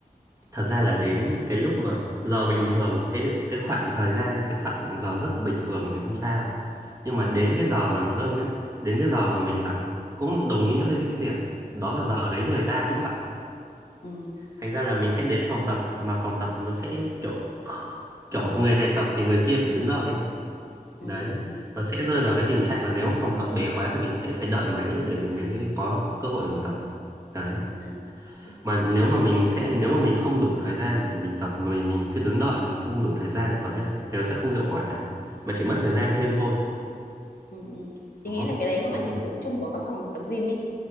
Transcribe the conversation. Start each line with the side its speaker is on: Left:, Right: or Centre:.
Right: thật ra là đến cái lúc mà giờ bình thường cái cái khoảng thời gian cái khoảng giờ giấc bình thường thì không sao nhưng mà đến cái giờ mà nó đông ấy đến cái giờ mà mình rảnh cũng đồng nghĩa với cái việc đó là giờ đấy người ta cũng rảnh
Left: ừ.
Right: thành ra là mình sẽ đến phòng tập mà phòng tập nó sẽ kiểu kiểu người này tập thì người kia phải đứng đợi ấy.
Left: ừ,
Right: đấy
Left: ừ,
Right: nó sẽ rơi vào cái tình trạng là nếu phòng tập bé quá thì mình sẽ phải đợi máy để mình mới có cơ hội để mình tập đấy
Left: à, ừ,
Right: mà nếu mà mình sẽ nếu mà mình không đủ thời gian để mình tập mà mình, mình cứ đứng đợi mình không đủ thời gian để tập ấy thì nó sẽ không hiệu quả mà
Left: ừ,
Right: chỉ mất thời gian thêm thôi
Left: ừ. ừ. Chị
Right: đó
Left: nghĩ là cái đấy cũng
Right: vâng
Left: là hiện tượng chung của các phòng tập gym ấy